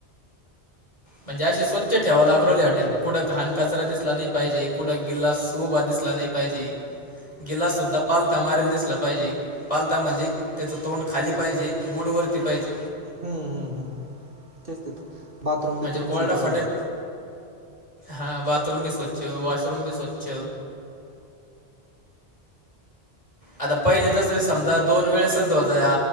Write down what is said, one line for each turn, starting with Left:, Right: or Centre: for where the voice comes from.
Left: म्हणजे असे स्वच्छ ठेवा लागू राहले
Right: हम्म
Left: हॉटेल. कुठं घाण कचरा दिसला नाही पाहिजे, कुठं गिलास उभा दिसला नाही. पाहिजे गिलास सुद्धा पालथा मारलं दिसला पाहिजे. पालता म्हणजे त्याचं तोंड खाली पाहिजे गुडवरती पाहिजे.
Right: हम्म हम् हम् तेच तेच बाथरूम
Left: म्हणजे
Right: बथरूम
Left: कोरडा
Right: स्वचे
Left: फटक
Right: पाहिजेत.
Left: हा बाथरूम भी स्वच्छ, वाॉशरूम भी स्वच्छ. आता पहिले तस समजा दोन, वेळेसच धुवत या